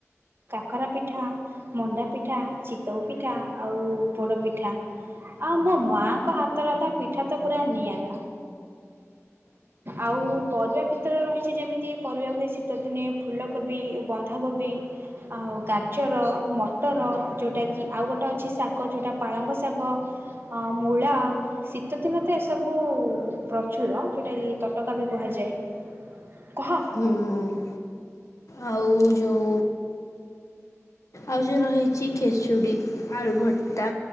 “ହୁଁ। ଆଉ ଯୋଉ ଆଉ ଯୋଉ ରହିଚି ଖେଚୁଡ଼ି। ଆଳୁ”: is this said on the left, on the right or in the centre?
Left